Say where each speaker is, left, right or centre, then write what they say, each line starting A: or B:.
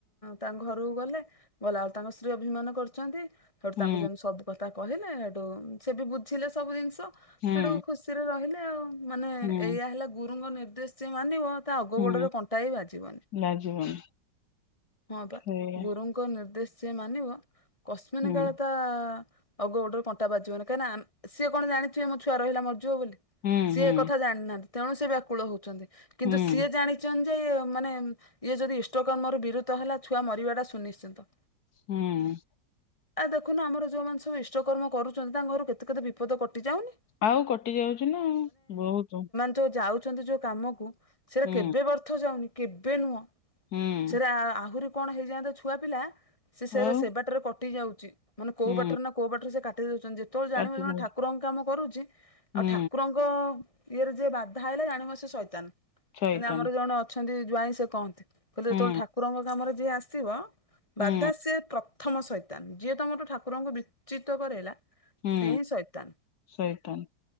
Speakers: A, on the left; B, on the left.
A: ତାଙ୍କ ଘରକୁ ଗଲେ ଗଲା ବେଳକୁ ତାଙ୍କ ସ୍ତ୍ରୀ ଅଭିମାନ କରୁଛନ୍ତି। ହେଠୁ
B: ହୁଁ
A: ତାଙ୍କୁ ଯେମିତି ସବୁ କଥା କହିଲେ ହେଠୁ ସେ ବି ବୁଝିଲେ ସବୁ ଜିନିଷ।
B: ହୁଁ
A: ହେଠୁ ଖୁସିରେ ରହିଲେ ଆଉ ମାନେ
B: ହୁଁ
A: ଏଇଆା ହେଲା ଗୁରୁଙ୍କ ନିର୍ଦ୍ଦେଶ ଯିଏ ମାନିବ ତା ଅଗ
B: ହୁଁ
A: ଗୋଡରେ କଣ୍ଟା ବି ବାଜିବନି
B: ଲାଗିବନି
A: ହଁ ପା
B: ସେଇଆ
A: ଗୁରୁ ଙ୍କ ନିର୍ଦ୍ଦେଶ ଯିଏ ମାନିବ କଶମିିନ
B: ହୁଁ
A: କାଳେ ତା ଅଗ ଗୋଟରେ କଣ୍ଟା ବାଜିବ ନାହିଁ କାହିଁ ନାଁ ସିଏ କଣ ଜାଣିଥିବେ ମୋ ଛୁଆ ରହିଲା ମର ବୋଲି
B: ହୁଁ
A: ସିଏ
B: ହୁଁ
A: ଏକଥା ଜାଣିନାହାନ୍ତି ତେଣୁ ସେ ବ୍ୟାକୁଳ ହଉଛନ୍ତି କିନ୍ତୁ
B: ହୁଁ
A: ସିଏ ଜାଣି ଜାଣିଛନ୍ତି ଯେ ମାନେ ଇଏ ଯଦି ଇଷ୍ଟକର୍ମର ବିରୁତ ହେଲା ଛୁଆ ମରିବାଟା ସୁନିଶ୍ଚିତ।
B: ହୁଁ।
A: ଆ ଦେଖୁନ ଆମର ଯୋଉମାନେ ସବୁ ଇଷ୍ଟକର୍ମ କରୁଛନ୍ତି ତାଙ୍କ ଘରୁ କେତେ କେତେ ବିପଦ କଟିଯାଉନି।
B: ଆଉ କଟି ଯାଉଛି ନା ବହୁତ।
A: ତୋ ଯୋଉ ଯାଉଛନ୍ତି ଯୋଉ କାମକୁ ସେରା
B: ହୁଁ
A: କେବେ ବ୍ୟର୍ଥ ଯାଉନି କେବେ ନୁହଁ।
B: ହୁଁ
A: ସେରା ଆହୁରି କଣ ହେଇଯାଆନ୍ତେ ଛୁଆ ପିଲା ସେ ସେରା
B: ଆଉ
A: ସେବାଟରେ କଟି ଯାଉଛି। ମାନେ କୋଉ
B: ହୁଁ
A: ବାଟରେ ନା କୋଉ ବାଟରେ ସେ କାଟି ଦଉଛନ୍ତି ଯେତେବେଳେ ଜାଣିବ
B: କାଟି
A: ଜଣେ
B: ଦଉଛି
A: ଠାକୁରଙ୍କ କାମ କରୁଛି
B: ହୁଁ
A: ଆଉ ଠାକୁରଙ୍କ ତାଙ୍କ ଇଏରେ ଯିଏ ବାଧା ଆଇଲା ଜାଣିବ ସିଏ ସଇତାନ।
B: ଶଇତାନ
A: ମାନେ ଆମର ଜଣ ଅଛନ୍ତି ଜୁଆାଇଁ ସେ କହନ୍ତି କହିଲେ ଯେତେବେଳେ
B: ହୁଁ
A: ଠାକୁରଙ୍କ କାମରେ ଯିଏ ଆସିବ
B: ହୁଁ
A: ବାଧା ସିଏ ପ୍ରଥମ ସୈତାନ ଯିଏ ତମଠୁ ଠାକୁରଙ୍କୁ ବିଚ୍ୟୁତ କରାଇଲା।
B: ହୁଁ
A: ସିଏ ହିଁ ଶୈତାନ
B: ଶଇତାନ